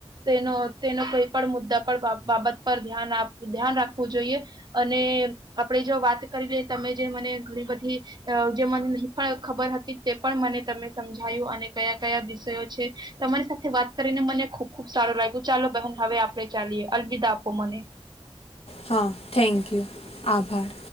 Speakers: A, on the right; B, on the left.
A: તેનો તેનો કોઈ પણ મુદ્દા પર બાબત પર ધ્યાન આપું ધ્યાન રાખવું જોઈએ અને આપણે જો વાત કરી લઈ તમે મને ઘણી બધી અ જે મને પણ ખબર હતી તે પણ મને તમે સમજાયું અને કયા કયા વિષયો છે તમારી સાથે વાત કરીને મને ખુબ ખુબ સારું લાગ્યું ચાલો બહન હવે આપણે ચાલીએ અલવિદા આપો મને.
B: હા થેન્ક યુ આભાર.